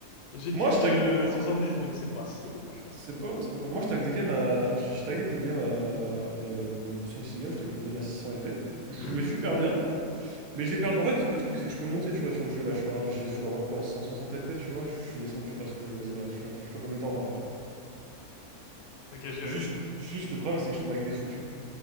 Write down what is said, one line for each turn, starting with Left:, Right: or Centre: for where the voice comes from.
Left: J'ai pic
Right: Moi, je tag
Left: euh,
Right: des... Moi,
Left: 70, donc c'est pas si long, franchement.
Right: c'est pas... c'est pas mal. Moi, je tag des games à... J'ai tagué des games à... Il y a bah, cinq six games, je tagué une game à 600 LP. Je
Left: <coughs>
Right: jouais super bien, mais je l'ai perdu... En fait, le truc, c'est que je peux monter, tu vois, sur le jeu. Là, je suis à- j'ai- je dois avoir quoi, 160 LP, tu vois? Je, je suis descendu parce que... Vas-y, bref, je, peux- je préfère même pas en parler.
Left: Ok, je...
Right: Juste, juste le problème, c'est que je tombe avec des fous, tu vois.